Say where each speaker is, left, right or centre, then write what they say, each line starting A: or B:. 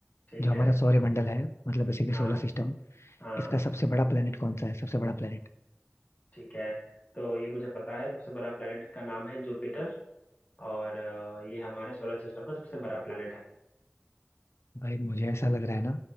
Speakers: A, on the left (about 35°); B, on the left (about 80°).
A: ठीक
B: जो
A: है
B: हमारा सौरमंडल है मतलब बेसिकली
A: हाँ
B: सोलर सिस्टम
A: हाँ
B: इसका सबसे बड़ा प्लेनेट कौन सा है सबसे बड़ा प्लेनेट
A: ठीक है तो ये मुझे पता है सबसे बड़ा प्लेनेट का नाम है जुपिटर और अ, ये हमारे सोलर सिस्टम का सबसे बड़ा प्लेनेट है
B: भाई मुझे ऐसा लग रहा है ना